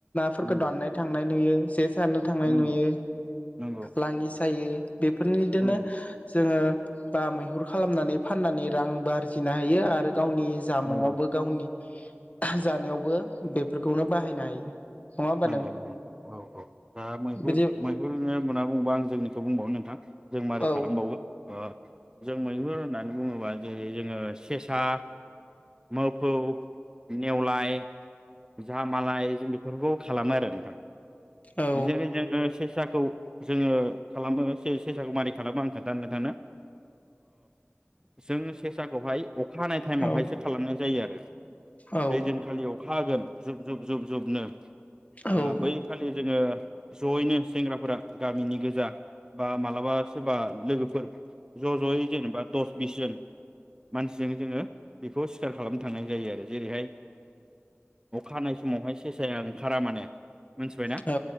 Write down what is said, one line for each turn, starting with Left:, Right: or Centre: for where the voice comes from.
Left: फोरखो
Right: नंगौ
Left: दाननाय थांनाय नुयो जेस सारनो थांनाय
Right: नंगौ
Left: नुयो
Right: नंगौ
Left: लाङि सायो। बेफोरनिदिनो
Right: नंगौ
Left: जोङो बा मैहुर खालामनानै फाननानै रांबो आरजिनो हायो। आरो गावनि जामुङावबो
Right: नंगौ नोंथां
Left: गावनि जानायावबो बेफोरखौनो बाहायनो हायो। नङा होमबा
Right: नंगौ नंगौ नोंथां औ औ ओ मैहुर
Left: बिदि
Right: मैहुरनो होनना बुङोबा आं जोंनिखौ बुंबावनो नोंथां। जों मारै
Left: औ
Right: खालामबावो। ओ जों मैहुर होननानै बुङोबा <unintelligible> जेरै जोङो सेसा, मोफौ, नेवलाय, जामालाय। जों बेफोर खालामो आरो नोंथां।
Left: औ
Right: जेरै जोङो से साखौ जोङो खालामो से- सेसाखौ मारै खालामो आं खोन्थानो नोंथांनो। जों सेसाखौहाय अखा हानाय थाइमावहायसो
Left: औ
Right: खालामनाय जायो आ रो
Left: औ
Right: जै दिनखालि अखा हागोन जुब जुब जुब जुबनो।
Left: औ
Right: ओ बै खालि जोङो ज'यैनो सेंग्राफोरा गामिनि गोजा बा मालाबा सोरबा लोगोफोर ज' ज'यै जेनेबा दस बिस जोन। मानसिजों जोङो बेफोराव सिखार खालामनो थांनाय जायो आरो। जेरैहाय अखा हानाय समावहाय सेसाया ओरै खारा माने मोनथिबायना?
Left: औ